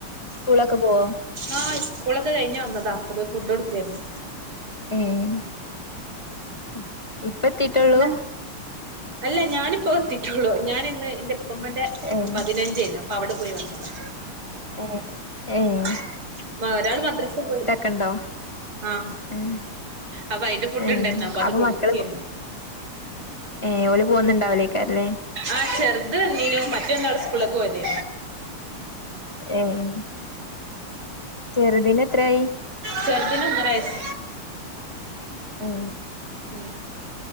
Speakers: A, on the left (about 30°); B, on the right (about 85°).
A: സ്കൂളിലൊക്കെ പോവോ
B: ആഹ് ഇസ്കൂളൊക്കെ കഴിഞ്ഞ് വന്നതാ അപ്പതാ ഫുഡ് കൊടുക്കാരുന്നു
A: എഹ് ഏഹ് മ്ഹ് ത്തിട്ടോള്ളു
B: പിന്നെ അല്ല ഞാനിപ്പോ എത്തിട്ടേള്ളൂ ഞാനിന്ന് എന്റെ ഇപ്പമ്മാന്റെ
A: ഏഹ്
B: പതിനഞ്ചേർന്നു അപ് പ്പം അവിടെ പോയി വന്നതാ
A: ഏഹ് ഏഹ്
B: ആഹ് മാ ഒരാള് മദ്രസ്സേ പോയി
A: കണ്ടോ
B: ആഹ്
A: എഹ്
B: അപ്പൊ അയിന്റെ ഫുഡ്
A: ഏഹ്
B: ഉണ്ടായിരുന്നു അത്
A: അപ്പൊ
B: കൊടുക്കായിരുന്നു
A: മക്കള് ഏഹ് ഓല് പോന്നുണ്ടാവും <unintelligible> ല്ലേ
B: ആഹ് ചെറുത് ഇണ്ടീനു മറ്റ് രണ്ടാളും സ്കൂളിലേക്ക് പോയതേ
A: ഏഹ് ചെറുതിനെത്രായി
B: ചെറുതിന് ഒന്നര വയസ്സ്
A: മ്ഹ്
B: മ്ഹ്